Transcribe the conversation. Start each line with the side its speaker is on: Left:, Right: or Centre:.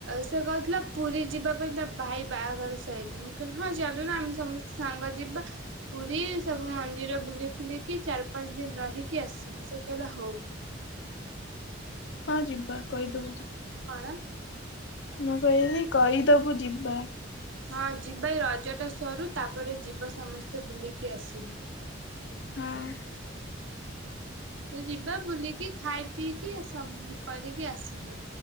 Right: ସେ କହିଥିଲା ପୁରୀ ଯିବା ପାଇଁ। ତା ଭାଇ ବାହାଘର ସଇିଲ ମୁଁ କହିଲି ହଁ ଚାଲୁନ ଆମେ ସମସ୍ତେ ସାଙ୍ଗ ଯିବା ପୁରୀ ସବୁ ମନ୍ଦିର ବୁଲି ଫୁଲିକି ଚାରି ପାଞ୍ଚ ଦିନ ରହିକି ଆସିବୁ ସେ କହିଲା ହୋଉ।
Left: ହଁ ଯିବା କହିଦବୁ <unintelligible>
Right: କଣ
Left: ମୁଁ କହିଲି କହି ଦବୁ ଯିବା।
Right: ହଁ ଯିବା ଏଇ ରଜଟା ସରୁ ତାପ ପରେ ଯିବା ସମସ୍ତେ ବୁଲିକି ଆସିବା।
Left: ହଁ।
Right: ଯିବା ବୁଲିକି ଖାଇ ପିଇକି କରିକି ଆସିବା।